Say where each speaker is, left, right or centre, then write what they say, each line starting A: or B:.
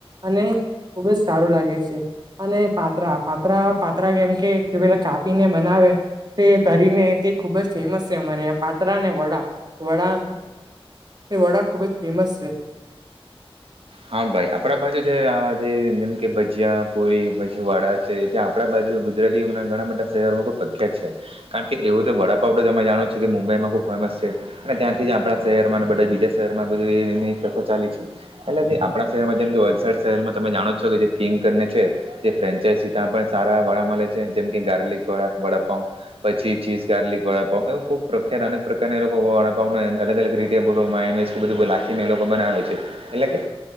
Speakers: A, on the right (about 45°); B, on the right (about 70°).
A: અને ખુબ જ સારું લાગે છે. અને પાત્રા, પાત્રા પાત્રા કેમ કે કે પેલા કાપી ને બનાવે તે તારીને તે ખુબ જ ફેમસ છે અમારેં અયા કતરા ને વડા, વડા એ વડા ખુબ જ ફેમસ છે.
B: હા ભાઈ આપણા બાજુ જોયે છે આવા જે જેમ કે ભજીયા, પુરી, ભજવાડા છે. ત્યાં આપણા બાજુમાં ગુજરાતી ઘણા બધા શહેરોમાં ખુબ પ્રખ્યાત છે. કારણ કે, એવું તો વડાપાવ ટ તમે જાણો છો કે મુંબઈમાં ખૂ ફેમસ છે અને ત્યાંથી જ આપણાં શહેરમાં અને બધા બીજા શહેરમાં બધું એની એક કથા ચાલી છે. એટલે જે આપણા શહેરમાં જેમ કે વલસાડ શહેરમાં તમે જાણો છો કે જે કિંગ કરને છે. તે ફ્રેન્ચાઈ ત્યાં પણ સારા વડા મલે છે જેમ કે ગાર્લિકવડા, વડાપાઉ. પછી, ચીઝ ગાર્લિક વડાપાવ એવ ખુબ પ્રખ્યાત અનેક પ્રકારના એ લોકો વડાપાવને અલ અલગ રી ટેબલોમાં એને કે બધું લખીને એ લોકો બનાવે છે એટલે કે,